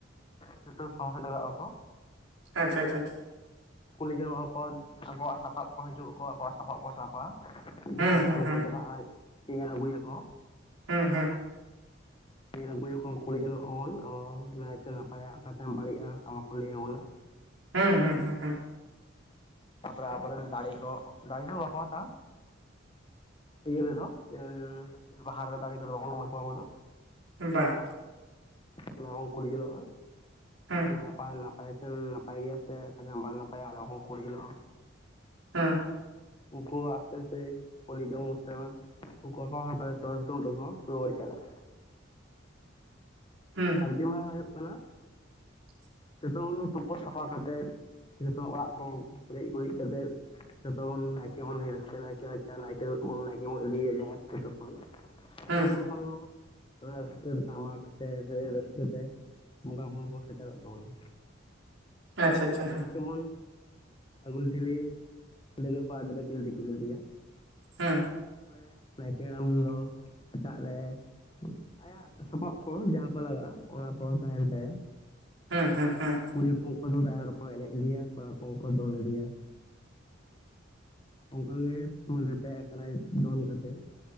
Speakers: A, on the left (about 25°); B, on the right (about 80°).
A: ᱡᱚᱛᱚ ᱫᱚᱦᱚ ᱥᱮᱴᱮᱨᱚᱜᱼᱟ ᱠᱚ᱾
B: ᱟᱪᱪᱷᱟ ᱟᱪᱪᱷᱟ ᱟᱪᱪᱷᱟ᱾
A: ᱠᱩᱞᱤ ᱡᱚᱝᱚᱜ ᱟᱠᱚ ᱟᱠᱚᱣᱟᱜ ᱥᱟᱯᱟᱵ ᱠᱚ ᱦᱤᱡᱩᱜ ᱟᱠᱚ ᱟᱠᱚᱣᱟᱜ ᱥᱟᱯᱟᱵ ᱠᱚ ᱥᱟᱵᱟ᱾
B: ᱦᱩᱸ
A: ᱡᱟᱦᱮᱨ
B: ᱦᱩᱸ
A: ᱛᱷᱟᱱ
B: ᱦᱩᱸ
A: ᱠᱚ ᱪᱟᱞᱟᱜᱼᱟ ᱧᱮᱞ ᱟᱹᱜᱩᱭᱟᱠᱚ᱾
B: ᱦᱩᱸ ᱦᱩᱸ,
A: <unintelligible> ᱠᱩᱞᱤ ᱡᱚᱱᱚᱜ ᱟᱵᱚᱱ ᱟᱨ ᱱᱟᱭᱛᱮ ᱱᱟᱯᱟᱭᱟᱜ ᱚᱠᱟ ᱴᱟᱝ ᱵᱟᱹᱲᱤᱡᱼᱟ ᱟᱵᱚ ᱠᱚ ᱞᱟᱹᱭ ᱟᱵᱚᱱᱟ᱾
B: ᱦᱩᱸ ᱦᱩᱸ ᱦᱩᱸ ᱦᱩᱸ,
A: ᱛᱟᱯᱚᱨᱮ ᱟᱵᱚ ᱨᱮᱱ ᱫᱟᱲᱮ ᱠᱚ ᱫᱟᱲᱮ ᱦᱚᱸ ᱵᱟᱠᱚ ᱦᱟᱛᱟᱣᱟ᱾ ᱤᱭᱟᱹ ᱨᱮᱫᱚ, ᱮᱱ ᱵᱟᱦᱟ ᱨᱮ ᱫᱟᱲᱮ ᱠᱚᱫᱚ ᱵᱟᱵᱚᱱ ᱮᱢᱟ ᱠᱚᱣᱟ ᱟᱵᱚ ᱫᱚ᱾
B: ᱵᱟᱝ,
A: ᱚᱱᱟ ᱦᱚᱸᱵᱚᱱ ᱠᱩᱞᱤ ᱡᱚᱱᱚᱜᱼᱟ
B: ᱦᱩᱸ
A: ᱱᱟᱯᱟᱭ ᱱᱟᱯᱟᱭ᱾ ᱠᱷᱚᱭ ᱱᱟᱯᱟᱭ ᱜᱮᱭᱟ ᱥᱮ ᱚᱠᱟ ᱴᱷᱮᱱ ᱵᱟᱝ ᱱᱟᱯᱟᱭᱟ ᱚᱱᱟ ᱠᱚ ᱵᱚᱲ ᱠᱩᱞᱤ ᱡᱚᱱᱚᱜᱼᱟ᱾
B: ᱦᱩᱸ,
A: ᱩᱠᱩ ᱟᱯᱮ ᱥᱮ᱾ ᱠᱩᱞᱤ ᱡᱚᱢ ᱠᱚ ᱩᱱᱠᱟ ᱦᱟᱛᱟᱣ ᱪᱚᱜ-ᱟ ᱧᱩᱛᱩᱢ ᱛᱮᱠᱚ ᱨᱩᱣᱟᱹᱲ ᱪᱟᱞᱟᱜᱼᱟ᱾
B: ᱦᱩᱸ
A: ᱥᱟᱨᱫᱤ ᱢᱟᱦᱟ ᱦᱩᱭᱩᱜ ᱠᱟᱱᱟ᱾
B: <inaudible>
A: ᱡᱚᱛᱚ ᱵᱚᱱ ᱛᱩᱯᱩ ᱥᱟᱯᱷᱟ ᱠᱟᱛᱮᱫ ᱡᱚᱛᱚ ᱚᱲᱟᱜ ᱠᱚ ᱜᱮᱡ ᱜᱩᱨᱤᱡ ᱠᱟᱛᱮᱫ, ᱡᱚᱛᱚ ᱵᱚᱱ ᱱᱟᱠᱮ ᱵᱚᱱ ᱨᱤᱠᱟ ᱱᱟᱠᱮ ᱱᱟᱭᱠᱮ ᱵᱚᱱ ᱱᱟᱠᱮ ᱵᱚᱱ ᱤᱫᱤ ᱮᱭᱟ ᱡᱟᱦᱮᱨ ᱛᱮ ᱛᱚᱠᱷᱚᱱ᱾
B: ᱦᱩᱸ
A: ᱩᱱ ᱡᱚᱠᱷᱚᱱ ᱦᱚᱸ ᱨᱟᱹᱥᱠᱟᱹᱢ ᱛᱟᱢᱟᱠ ᱥᱮ ᱥᱮ ᱨᱟᱹᱥᱠᱟᱹ ᱛᱮ ᱵᱚᱸᱜᱟ ᱵᱩᱨᱩ ᱠᱚ ᱥᱮᱴᱮᱨᱚᱜ ᱛᱟᱵᱚᱱᱟ᱾
B: ᱟᱪᱪᱷᱟ, ᱟᱪᱪᱷᱟ
A: ᱱᱟᱛᱮ ᱵᱚᱱ ᱥᱟᱜᱩᱱ ᱴᱷᱮᱞᱤ ᱫᱟᱹᱝᱣᱟᱹ ᱠᱚᱲᱟ ᱜᱮᱫᱽᱨᱟᱹ ᱠᱤᱱ ᱯᱤᱯᱤᱞ ᱟᱫᱮᱭᱟ᱾
B: ᱦᱮᱸ,
A: ᱢᱟᱱᱮ, ᱱᱟᱭᱠᱮ ᱦᱟᱲᱟᱢ ᱫᱚ ᱦᱟᱴᱟᱜ ᱨᱮ ᱟᱭᱟᱜ ᱥᱟᱯᱟᱵ ᱠᱚ ᱡᱟᱦᱟᱸ ᱠᱚ ᱞᱟᱜᱟᱜᱼᱟ ᱚᱱᱟ ᱠᱚᱦᱚᱸ ᱛᱟᱦᱮᱱ ᱛᱟᱭᱟ᱾
B: ᱦᱮᱸ ᱦᱩᱮᱸ ᱦᱮᱸ᱾
A: ᱠᱩᱲᱤ ᱦᱚᱯᱚᱱ ᱠᱚᱫᱚ ᱰᱟᱦᱟᱨ ᱦᱚᱸᱠᱚ ᱮᱱᱮᱢ ᱤᱫᱤᱭᱟ ᱠᱚᱲᱟ ᱦᱚᱯᱚᱝ ᱠᱚ ᱫᱚᱱ ᱤᱫᱤᱭᱟ᱾ ᱚᱝᱠᱟ ᱜᱮ ᱢᱚᱞᱮ ᱯᱮ ᱟᱠᱷᱲᱟᱭ ᱫᱚᱱ ᱠᱟᱛᱮᱜ᱾